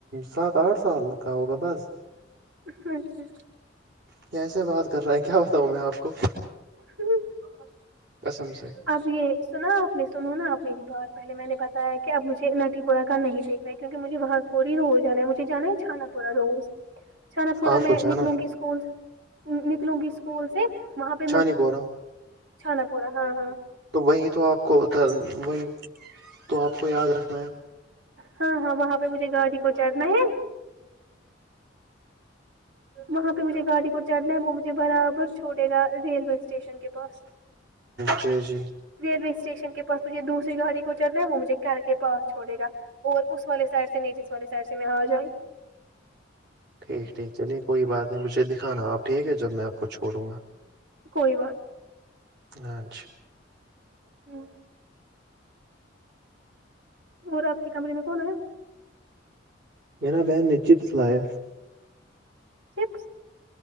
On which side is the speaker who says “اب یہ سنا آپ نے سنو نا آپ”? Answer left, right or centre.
Right